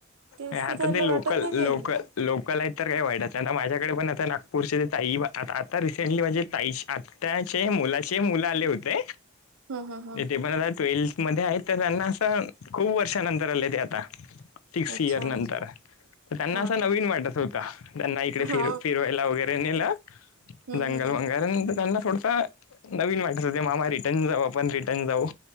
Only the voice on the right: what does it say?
तेच
तर त्याला
वाटत
नाही
काही.
ह ह ह
अच्छा
हा
हा
हम्म
हम्म